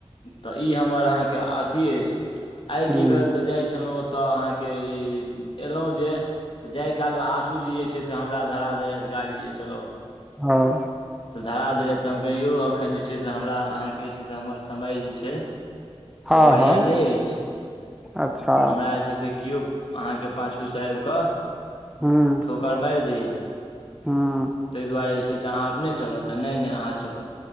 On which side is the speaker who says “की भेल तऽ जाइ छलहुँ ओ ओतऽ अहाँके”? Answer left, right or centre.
Left